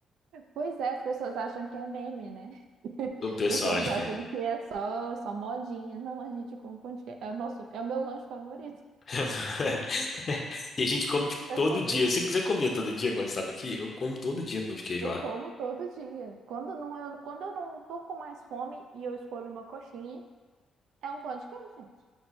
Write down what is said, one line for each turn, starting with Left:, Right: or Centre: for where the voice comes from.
Right: Pois é, as pessoas acham que é meme, né? <laughs>
Left: O pessoal
Right: As pessoas
Left: acha
Right: acham
Left: que é.
Right: que é só, só modinha. Não, a gente come pão de queijo. É o nosso, é o meu lanche favorito.
Left: <laughs> E a gente come,
Right: <laughs>
Left: tipo,
Right: É
Left: todo
Right: o meu
Left: dia.
Right: lanche
Left: Você, você comia todo dia quando estava aqui? Eu como todo dia pão de queijo,
Right: Eu
Left: ó.
Right: como todo dia. Quando não, eu, quando eu não tô com mais fome e eu escolho uma coxinha, é um pão de queijo, gente.